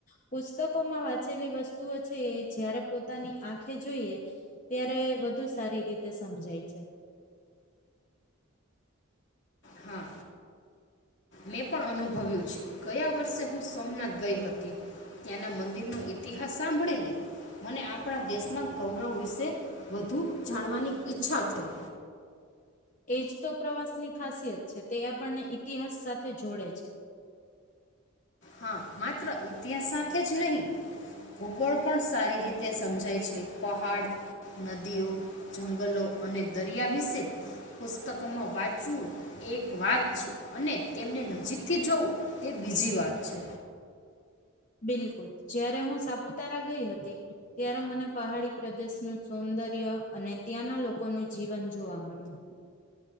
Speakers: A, on the left (about 35°); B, on the left (about 60°).
A: પુસ્તકોમાં વાંચેલી વસ્તુઓ છે એ જયારે પોતાની આંખે જોઈએ ત્યારે વધુ સારી રીતે સમજાય છે
B: હા મેં પણ અનુભવ્યું છે ગયા વર્ષે હું સોમનાથ ગઈ હતી ત્યાંના મંદિરનો ઈતિહાસ સાંભળીને મને આપણા દેશના ગૌરવ વિશે વધુ જાણવાની ઈચ્છા થઈ
A: એ જ તો પ્રવાસની ખાસિયત છે તે આપણને ઇતિહાસ સાથે જોડે છે
B: હા માત્ર ઇતિહાસ સાથે જ નહીિ ભૂગોળ પણ સારી રીતે સમજાય છે પહાડ નદીઓ જંગલો અને દરિયા વિશે પુસ્તકમાં વાંચવું એક વાત છે અને તેમને નજીકથી જોવું તે બીજી વાત છે અચ છે
A: બિલકુલ જ્યારે હું સાપુતારા ગઈ હતી ત્યારે મને પહાડી પ્રદેશનું સૌંદર્ય અને ત્યાંના લોકોનું જીવન જોવા મળ્યું